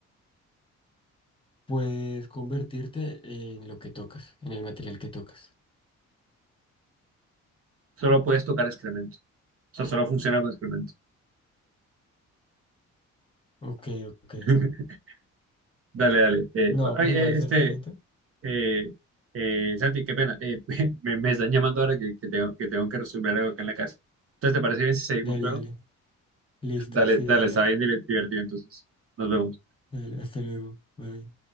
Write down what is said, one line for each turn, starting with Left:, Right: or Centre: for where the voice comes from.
Left: puedes convertirte en lo que tocas, en el material que tocas.
Right: Solo puedes tocar excremento. O sea, solo funciona con excremento.
Left: Ok, ok.
Right: <laughs> Dale, dale. Eh,
Left: No,
Right: ay,
Left: pero igual
Right: eh,
Left: hacer
Right: este,
Left: cemento.
Right: eh, eh, Santi, qué pena. Eh, <laughs> me, me están llamando ahora que, que tengo, que tengo que resolver algo acá en la casa. Entonces, ¿te parece bien si seguimos
Left: Dale,
Right: luego?
Left: dale. Listo,
Right: Dale,
Left: sí,
Right: dale,
Left: dale,
Right: está
Left: dale.
Right: bien divertido entonces. Nos vemos.
Left: Dale, hasta luego. Bye.